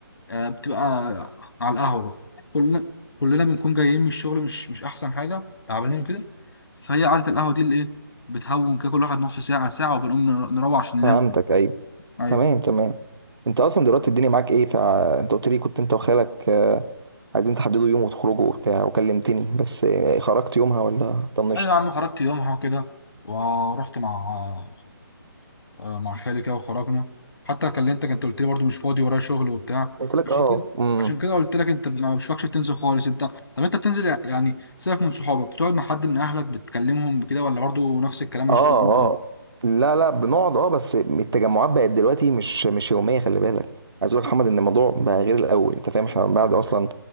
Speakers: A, on the left; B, on the right.
A: آه، بتبقى على القهوة بقى كلنا كلنا بنكون جايين من الشغل مش مش أحسن حاجة تعبانين وكده فهي قعدة القهوة دي اللي إيه بتهون كده كل واحد نص ساعة ساعة وبنقوم نر- نروح عشان ننام
B: فهمتك ايوه
A: أيوة
B: تمام تمام انت اصلا دلوقتي الدنيا معاك ايه فانت قلت لي كنت انت وخالك آه، عايزين تحددوا يوم وتخرجوا وبتاع وكلمتني بس آه، خرجت يومها ولا طنشت
A: أيوة يا عم خرجت يومها وكده ورحت مع آه، مع خالي كده وخرجنا حتى كلمتك أنت قلت لي برضه مش فاضي ورايا شغل وبتاع
B: قلت لك
A: عشان
B: اه
A: كده
B: امم
A: عشان كده قلت لك انت ما مش فاكش بتنزل خالص انت طب انت بتنزل يعني سيبك من صحابك بتقعد مع حد من اهلك بتكلمهم بكده ولا برضه نفس الكلام مشغول
B: اه اه لا لا بنقعد اه بس التجمعات بقت دلوقتي مش مش يوميه خلي بالك عايز اقول لك يا محمد ان الموضوع بقى غير الاول انت فاهم احنا من بعد اصلا